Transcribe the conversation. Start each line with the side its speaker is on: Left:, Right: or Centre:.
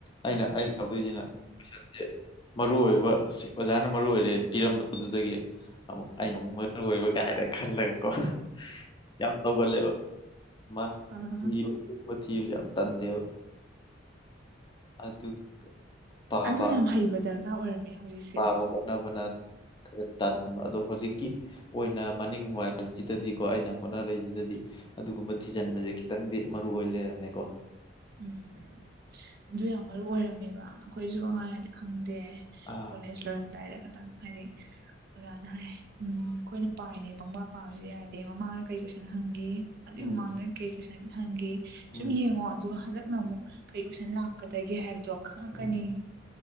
Left: ꯑꯩꯅ ꯑꯩꯅ ꯇꯧꯗꯣꯏꯁꯤꯅ ꯀꯣꯏꯁꯟꯁꯦ ꯃꯔꯨ ꯑꯣꯏꯕ ꯑꯣꯖꯥꯅ ꯃꯔꯨ ꯑꯣꯏꯔꯦꯅ ꯄꯤꯔꯝꯕꯗꯨꯗꯒꯤ ꯑꯃꯨꯛ ꯑꯩꯅ ꯑꯃꯨꯛ ꯃꯔꯨ ꯑꯣꯏꯕ ꯀꯥꯏꯗ ꯈꯜꯂꯒꯀꯣ ꯌꯥꯝ ꯇꯧꯒꯜꯂꯦꯕꯅꯕ <unintelligible>
Right: ꯎꯝ
Left: <unintelligible> ꯑꯗꯨꯒꯨꯝꯕꯥ ꯊꯤꯕꯁꯦ ꯌꯥꯝ ꯇꯟꯗꯦꯕ ꯑꯗꯨ ꯄꯥꯕ
Right: ꯑꯗꯨ ꯌꯥꯝ ꯍꯩꯕ ꯗꯔꯀꯥꯔ ꯑꯣꯏꯔꯝꯃꯦ ꯍꯧꯖꯤꯛꯁꯦꯀꯣ
Left: ꯄꯥꯕ ꯍꯣꯠꯅꯕꯅ ꯇꯟꯕꯥ ꯑꯗꯣ ꯍꯧꯖꯤꯛꯀꯤ ꯑꯣꯏꯅ ꯃꯅꯤꯡꯋꯥꯏꯁꯤꯗꯗꯤꯀꯣ ꯑꯩꯅ ꯍꯣꯠꯅꯔꯛꯏꯁꯤꯗꯗꯤ ꯑꯗꯨꯒꯨꯝꯕ ꯊꯤꯖꯤꯟꯕꯁꯦ ꯈꯤꯇꯪꯗꯤ ꯃꯔꯨ ꯑꯣꯏ ꯂꯩꯔꯝꯃꯦꯀꯣ
Right: ꯎꯝ ꯎꯝ ꯎꯝ ꯎꯝ ꯑꯗꯨ ꯌꯥꯝ ꯃꯔꯨ ꯑꯣꯏꯔꯝꯃꯦꯕ ꯑꯩꯈꯣꯏꯁꯨ ꯑꯉꯥꯡ ꯑꯣꯏꯔꯤꯉꯩꯗꯥ ꯈꯪꯗꯦ
Left: ꯑꯥ
Right: ꯀꯣꯂꯦꯖ ꯂꯣꯝꯗꯥꯏꯗ ꯈꯇꯪ ꯍꯥꯏꯗꯤ ꯑꯣꯖꯥꯅ ꯍꯥꯏ ꯎꯝ ꯑꯩꯈꯣꯏꯅ ꯄꯥꯏꯅꯦ ꯄꯪꯕꯥ ꯄꯥꯕꯁꯨ ꯌꯥꯗꯦ ꯃꯃꯥꯡꯗ ꯀꯩ ꯀꯣꯏꯁꯟ ꯍꯪꯒꯦ ꯑꯗꯨꯏ
Left: ꯎꯝ
Right: ꯃꯃꯥꯡꯗ ꯀꯩ ꯀꯣꯏꯁꯟ ꯍꯪꯒꯦ
Left: ꯎꯝ
Right: ꯁꯨꯝ ꯌꯦꯡꯉꯣ ꯑꯗꯨꯒ ꯍꯟꯗꯛꯅ ꯑꯃꯨꯛ ꯀꯔꯤ ꯀꯣꯏꯁꯟ ꯂꯥꯛꯀꯗꯒꯦ ꯍꯥꯏꯕꯗꯣ ꯈꯪꯉꯛꯀꯅꯤ
Left: ꯎꯝ